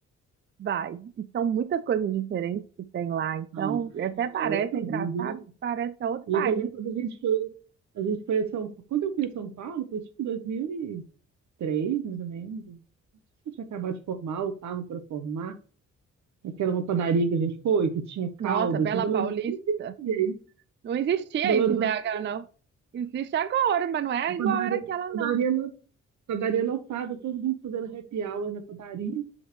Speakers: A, on the right; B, on the right.
A: Vai. E são muitas coisas diferentes que tem lá. Então,
B: Não,
A: até
B: é,
A: parece
B: é outro
A: é engraçado,
B: mundo, né?
A: parece que é outro
B: Ele
A: país.
B: é que eu lembro quando a gente foi, a gente foi a São Paulo. Quando eu fui a São Paulo, foi tipo 2003, mais ou menos. Acho que eu tinha acabado de formar, ou estava para formar. Aquela uma padaria que a gente foi, que tinha calda,
A: Nossa, Bela
B: que em Belo
A: Paulista.
B: Horizonte não existia isso.
A: Não existia
B: Em Belo
A: isso
B: Horizonte,
A: em BH, não. Existe agora, mas não é
B: a
A: igual
B: padaria,
A: era aquela,
B: a
A: não.
B: padaria lá Padaria lotada, todo mundo fazendo happy hour na padaria.